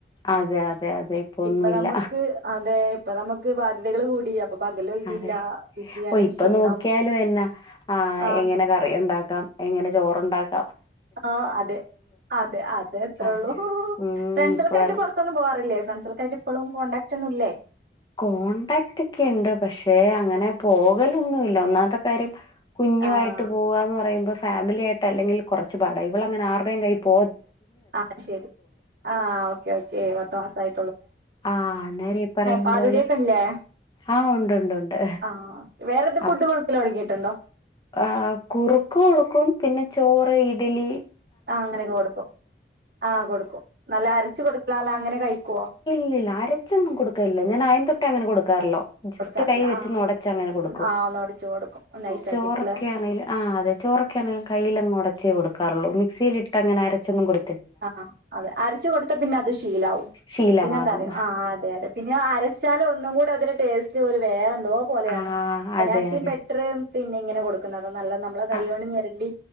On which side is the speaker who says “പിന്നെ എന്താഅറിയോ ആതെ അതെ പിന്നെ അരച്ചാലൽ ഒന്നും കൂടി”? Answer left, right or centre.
Right